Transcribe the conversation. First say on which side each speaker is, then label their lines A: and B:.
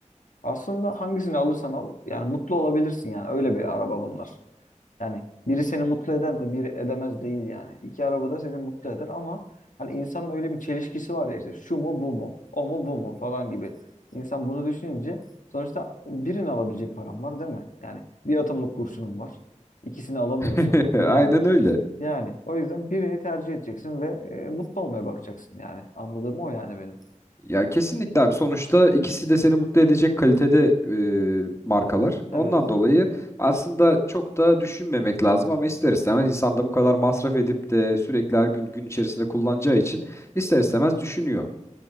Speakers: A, on the left; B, on the left.
A: Aslında hangisini alırsan al yani mutlu olabilirsin yani öyle bir araba bunlar. Yani biri seni mutlu eder de biri edemez değil yani. İki araba da seni mutlu eder ama hani insanın öyle bir çelişkisi var ya işte şu mu bu mu o mu bu mu falan gibi. İnsan bunu düşününce sonuçta birini alabilecek param var değil mi? Yani bir atımlık kurşunum var. İkisini alamıyorsun.
B: <laughs>
A: <laughs>
B: Aynen
A: Yani
B: öyle.
A: yani o yüzden birini tercih edeceksin ve e, mutlu olmaya bakacaksın yani. Anladığım o yani benim.
B: Ya kesinlikle abi sonuçta ikisi de seni mutlu edecek kalitede e, markalar.
A: Evet.
B: Ondan dolayı aslında çok da düşünmemek lazım ama ister istemez insan da bu kadar masraf edip de sürekli her gün gün içerisinde kullanacağı için ister istemez düşünüyor.